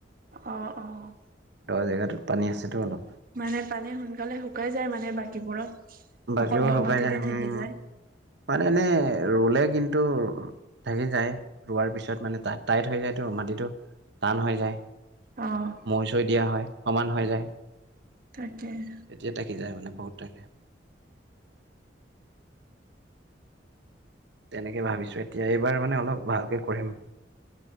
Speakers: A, on the right; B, on the right.
A: অ অ!
B: দ জেগাটোত পানী আছেতো অলপ
A: মানে পানী সোনকালে শুকাই যায় মানে বাকীবোৰত।
B: বাকীবোৰ
A: অকল দ
B: শুকাই
A: মাটিতে
B: যায় হম
A: থাকি যায়।
B: মানে এনে ৰুলে কিন্তু ঢাকি যায় ৰোৱাৰ পিছত মানে ত টাইট হৈ যায়তো মাটিতটো টান হৈ যায়
A: অ',
B: মৈ চৈ দিয়া হয় সমান হৈ যায়। তেতিয়া
A: তাকে।
B: থাকি যায় মানে বহুত থাকে। তেনেকে ভাবিছো এতিয়া এইবাৰ মানে অলপ ভালকে কৰিম।